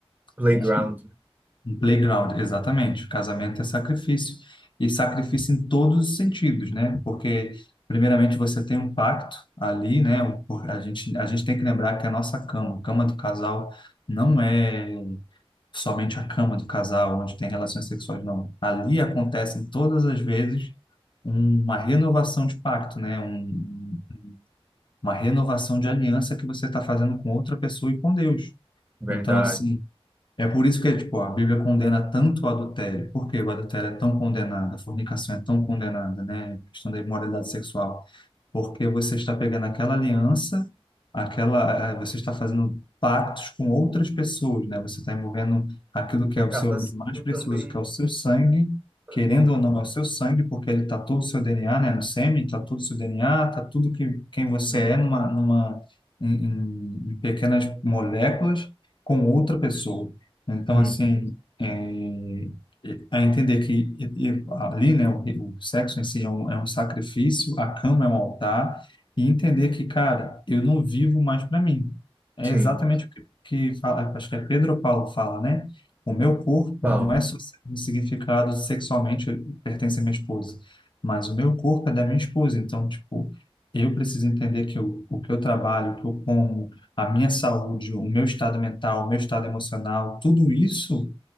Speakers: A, on the right; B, on the left.
A: Playground,
B: um, um playground, exatamente. Casamento é sacrifício. E sacrifício em todos os sentidos, né? Porque, primeiramente, você tem um pacto ali, né? O- por- A gente, a gente tem que lembrar que a nossa cama, a cama do casal, não é somente a cama do casal, onde tem relações sexuais, não. Ali acontece todas as vezes uma renovação de pacto, né? Um, uma renovação de aliança que você está fazendo com outra pessoa e com Deus.
A: verdade.
B: Então, assim, é por isso que tipo, a Bíblia condena tanto o adultério. Por que o adultério é tão condenado? A fornicação é tão condenada, né? A questão da imoralidade sexual porque você está pegando aquela aliança, aquela, eh, você está fazendo pactos com outras pessoas, né? Você está envolvendo aquilo que
A: E
B: é
A: acaba
B: o seu
A: sendo
B: de mais precioso,
A: também
B: que é o seu sangue,
A: sangue,
B: querendo
A: né?
B: ou não, é o seu sangue, porque ele está todo o seu DNA, né? No sêmen, está todo o seu DNA, está tudo que quem você
A: Sim.
B: é numa, numa em, em- em pequenas moléculas com outra pessoa. Então,
A: Uhum.
B: assim, é, a entender que e- e- ali, né, o, o sexo em si é um, é um sacrifício, a cama é um altar, e entender que, cara, eu não vivo mais para mim. É
A: Sim,
B: exatamente o que, que fala, acho que é Pedro Paulo fala, né? O meu corpo
A: pau.
B: não é só significado sexualmente pertence à minha esposa, mas o meu corpo é da minha esposa. Então, tipo, eu preciso entender que o, o que eu trabalho, o que eu como, a minha saúde, o meu estado mental, o meu estado emocional, tudo isso